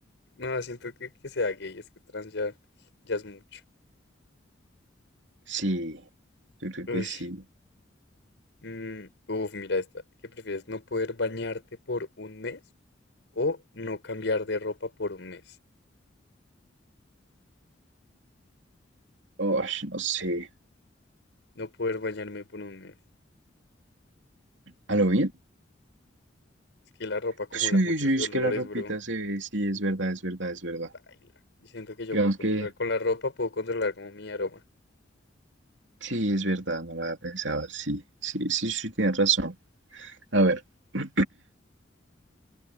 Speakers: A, on the left; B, on the right.
A: No, siento que, que sea gay, es que trans ya, ya es mucho.
B: Sí, yo creo
A: Uy,
B: que sí.
A: mm, uf, mira esta. ¿Qué prefieres? ¿No poder bañarte por un mes o no cambiar de ropa por un mes?
B: Ush, no sé.
A: No poder bañarme por un mes.
B: ¿A lo bien?
A: Es que la ropa acumula
B: Sí,
A: muchos
B: sí,
A: olores,
B: es que la ropita
A: bro.
B: se ve, sí, es verdad, es verdad, es verdad.
A: Baila. Y siento que yo
B: Digamos
A: puedo controlar.
B: que
A: Con la ropa puedo controlar como mi aroma.
B: sí, es verdad, no la había pensado, sí, sí, sí, sí, tienes razón. A ver, <clears throat>